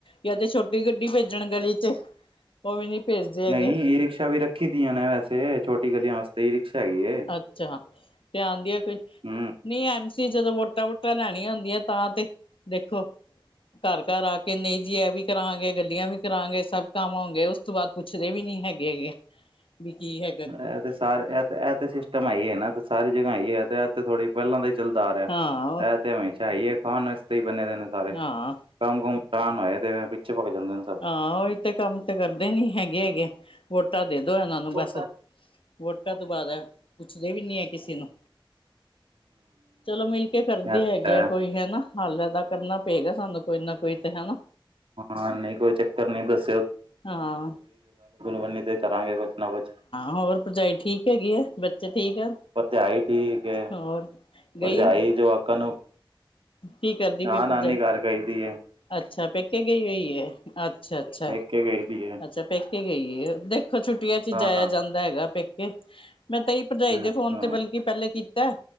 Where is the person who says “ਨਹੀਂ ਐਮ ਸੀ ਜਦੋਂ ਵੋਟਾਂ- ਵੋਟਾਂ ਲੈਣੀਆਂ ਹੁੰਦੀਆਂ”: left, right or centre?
Left